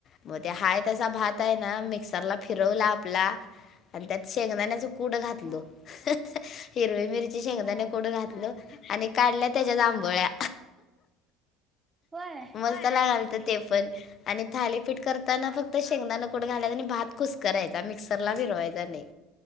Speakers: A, on the left; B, on the right.
A: मग ते हाय तसा भात आहे ना मिक्सरला फिरवला आपला आणि त्यात शेंगदाने कुट कुडं घातले
B: हा
A: हिरवी मिरची शेंगदाणे
B: हा
A: कुडं घातलो आणि काढल्या त्याच्या आबोळ्या
B: होय
A: मस्त लागालंत ते पण आणि थालीपीठ करताना
B: हा
A: फक्त
B: हा
A: शेंगदाण कु कुट घालायचा आणि भात कुस करायचा मिक्सरला फिरवायचा नाही.